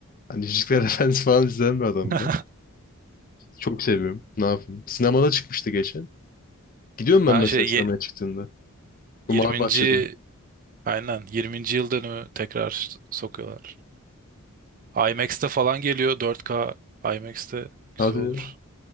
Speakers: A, on the left (about 40°); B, on the right (about 40°).
A: hani Yüzükler <laughs> Efendisi falan izleyen bir adamım
B: <laughs>
A: ben. Çok seviyorum. Ne yapayım? Sinemada çıkmıştı geçen. Gidiyorum ben
B: Ha
A: mesela
B: şey
A: sinemaya
B: ye-
A: çıktığında. Bu
B: 20.
A: Mavi Bahçe'de.
B: Aynen yirminci yıl dönümü tekrar sokuyorlar. IMAX'te falan geliyor dört k IMAX'te güzel
A: Hadi. ya.
B: olur.